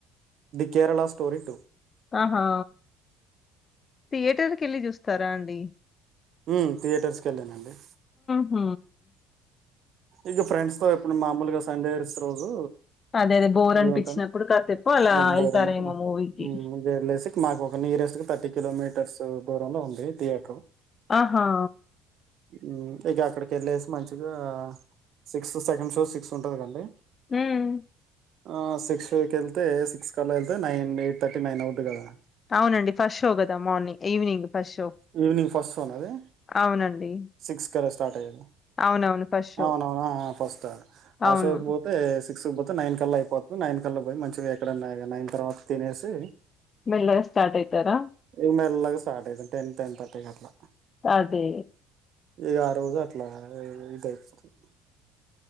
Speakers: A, on the right (about 50°); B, on the left (about 35°).
A: The Kerala story two
B: ఆహా థియేటర్ కి వెళ్ళి చూస్తారా అండి
A: మ్ తియేటర్స్ కెళ్ళానండి
B: ఉమ్
A: ఇక ఫ్రెండ్స్ తో ఇప్పుడు మామూలుగా సండేస్ రోజు
B: అదే. అదే. బోర్
A: ఫ్రీ
B: అనిపించినప్పుడు
A: ఉంటంది
B: కాసేపు
A: <unintelligible>
B: అలా
A: బోరం
B: ఎళ్తారేమో
A: <unintelligible>
B: మూవీకి.
A: జర్లేసి మాకొక నియరెస్ట్ గా థర్టీ కిలోమీటర్సు దూరంలో ఉంది. థియేటర్
B: ఆహా
A: మ్మ్ ఇగ అక్కడికెళ్ళేసి మంచిగా సిక్స్ సెకండ్ షోస్ సిక్ససుంటది కదండీ
B: మ్మ్
A: ఆ సిక్స్ షో కెళ్తే సిక్స్కల్ల ఎళ్తే నైన్ ఎయిట్ థర్టీ నైన్ అవుద్ది కదా
B: అవునండి ఫష్ షో కదా morning evening first show
A: evening first షోన అది
B: అవునండి.
A: సిక్స్ సరే స్టార్ట్ అయ్యెను
B: అవునవును. First show.
A: అవునవునా ఆ ఫస్ట్
B: అవును.
A: అశోక్ బోతే సిక్స్ బోత్ త్ నైన్ కల్లా అయిపోతది నైన్ కల్లాబోయి మంచిగా ఎక్కడన్నా ఇగ నైన్ తర్వాత తినేసి
B: మెల్లగ స్టార్ట్ అయితార
A: ఇగ మెల్లగా స్టార్ అయితం టెన్ టెన్ థర్టీకట్లా
B: అదే
A: ఇగా ఆ రోజు అట్లా ఇదైపోతుంద్